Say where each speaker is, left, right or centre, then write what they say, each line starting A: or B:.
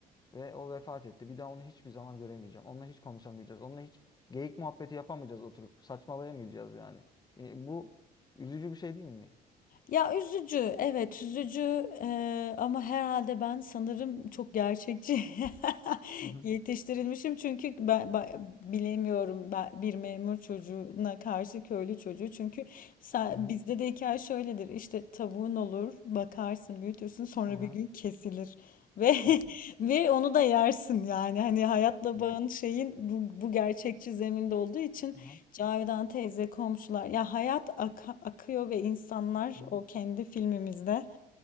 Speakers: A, on the left; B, on the left.
A: Ve o vefat etti. Bir daha onu hiçbir zaman göremeyeceğim. Onunla hiç konuşamayacağız. Onunla hiç geyik muhabbeti yapamayacağız oturup. Saçmalayamayacağız yani. E, bu üzücü bir şey değil mi?
B: Ya üzücü, evet üzücü eee, ama herhalde ben sanırım çok gerçekçi <laughs>
A: Hı hı.
B: yetiştirilmişim çünkü ben, ben bilemiyorum ben bir memur çocuğuna karşı köylü çocuğu çünkü sa-
A: Hı hı.
B: bizde de hikaye şöyledir işte tavuğun olur bakarsın büyütürsün sonra
A: Hı hı.
B: bir gün kesilir ve
A: Kesin.
B: <laughs> ve onu da yersin yani hani hayatla
A: Evet.
B: bağın şeyin bu, bu gerçekçi zeminde olduğu için.
A: Hı hı.
B: Cavidan teyze, komşular. Ya hayat aka- akıyor ve insanlar
A: Hı hı.
B: o kendi filmimizde